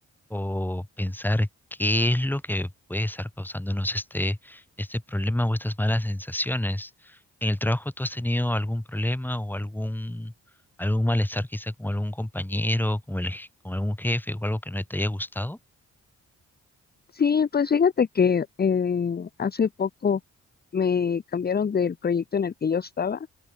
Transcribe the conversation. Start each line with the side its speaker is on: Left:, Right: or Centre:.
Centre: o pensar qué es lo que puede estar causándonos este, este problema o estas malas sensaciones. ¿En el trabajo tú has tenido algún problema o algún, algún malestar quizá con algún compañero, con el, je- con algún jefe o algo que no te haya gustado?
Left: Sí, pues fíjate que eh, hace poco me cambiaron del proyecto en el que yo estaba